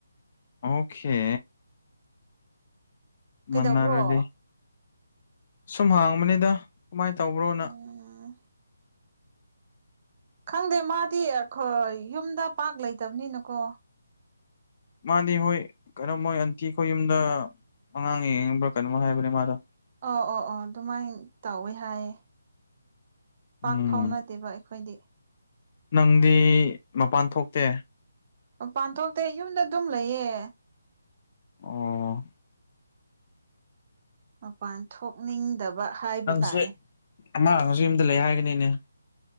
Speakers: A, on the left; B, on the right.
A: ꯑꯣꯀꯦ
B: ꯀꯩꯗꯧꯕ꯭ꯔꯣ
A: ꯃꯟꯅꯔꯦꯗꯤ ꯁꯨꯝ ꯍꯪꯕꯅꯤꯗ ꯀꯃꯥꯏ ꯇꯧꯕ꯭ꯔꯣꯅ
B: ꯑꯥ ꯈꯪꯗꯦ ꯃꯥꯗꯤ ꯑꯩꯈꯣꯏ ꯌꯨꯝꯗ ꯄꯥꯛ ꯂꯩꯇꯕꯅꯤꯅꯀꯣ
A: ꯃꯥꯗꯤ ꯍꯣꯏ ꯀꯩꯅꯣꯝꯃꯣꯏ ꯑꯟꯇꯤ ꯈꯣꯏ ꯌꯨꯝꯗ ꯑꯉꯥꯡ ꯌꯦꯡꯕ꯭ꯔꯥ ꯀꯩꯅꯣꯝꯃ ꯍꯥꯏꯕꯅꯦ ꯃꯥꯗꯣ
B: ꯑꯣ ꯑꯣ ꯑꯣ ꯑꯗꯨꯃꯥꯏꯅ ꯇꯧꯋꯦ ꯍꯥꯏꯌꯦ ꯄꯥꯛ
A: ꯎꯝ
B: ꯐꯥꯎꯅꯗꯦꯕ ꯑꯩꯈꯣꯏꯗꯤ
A: ꯅꯪꯗꯤ ꯃꯄꯥꯟ ꯊꯣꯛꯇꯦ
B: ꯃꯄꯥꯟꯊꯣꯛꯇꯦ ꯌꯨꯝꯗ ꯑꯗꯨꯝ ꯂꯩꯌꯦ
A: ꯑꯣ
B: ꯃꯄꯥꯟ ꯊꯣꯛꯅꯤꯡꯗꯕ ꯍꯥꯏꯕ
A: ꯅꯪꯁꯦ
B: ꯇꯥꯔꯦ
A: ꯃꯥꯡꯉꯁꯨ ꯌꯨꯝꯗ ꯂꯩ ꯍꯥꯏꯒꯅꯤꯅꯦ